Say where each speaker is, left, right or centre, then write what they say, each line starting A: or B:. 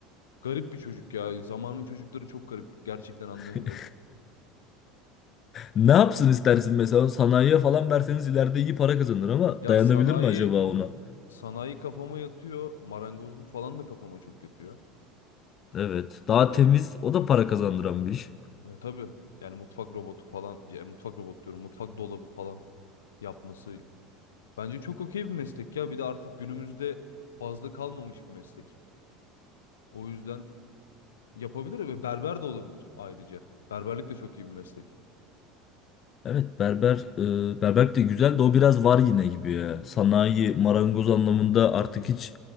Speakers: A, on the left; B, on the left.
A: Garip bir çocuk ya. Zamanın çocukları çok garip. Gerçekten anlayamıyorum.
B: <laughs> Ne yapsın istersin mesela sanayiye falan verseniz ileride iyi para kazanır ama
A: Ya
B: dayanabilir
A: sanayi,
B: mi acaba ona?
A: sanayi kafama yatıyor. Marangozluk falan da kafama çok yatıyor.
B: Evet. Daha
A: Hani
B: temiz o da para kazandıran bir iş.
A: e, tabii yani mutfak robotu falan. Ya, mutfak robotu diyorum. Mutfak dolabı falan yapması. Bence çok okey bir meslek ya. Bir de artık günümüzde fazla kalmamış bir meslek. O yüzden yapabilir ve berber de olabilir ayrıca. Berberlik de çok iyi bir meslek.
B: Evet berber e, berberlik de güzel de o biraz var yine gibi ya. Sanayi marangoz anlamında artık hiç